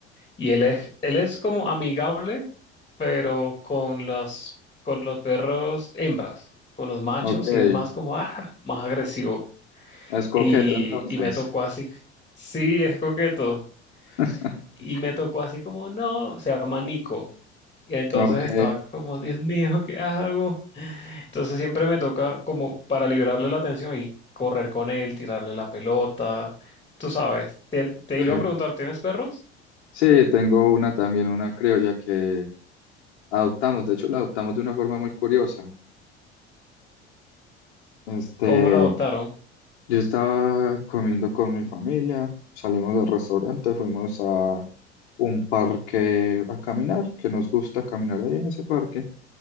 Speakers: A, on the left (about 15°); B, on the left (about 70°).
A: y él es, él es como amigable, pero con las, con los perros hembras, con los machos,
B: ok.
A: y es más como, ah, más agresivo.
B: Es
A: Y,
B: coqueto entonces.
A: y me tocó así, sí, es coqueto.
B: <laughs>
A: Y me tocó así como, no, se llama Nico. Y entonces
B: Ok,
A: estaba como, Dios mío, ¿qué hago? Entonces siempre me toca como para liberarle la atención y correr con él, tirarle la pelota. Tú sabes, Tien- te iba
B: sí.
A: a preguntar, ¿tienes perros?
B: Sí, tengo una también, una criolla que adoptamos. De hecho, la adoptamos de una forma muy curiosa. Este,
A: ¿Cómo la adoptaron?
B: yo estaba comiendo con mi familia, salimos del restaurante, fuimos a un parque a caminar, que nos gusta caminar ahí en ese parque.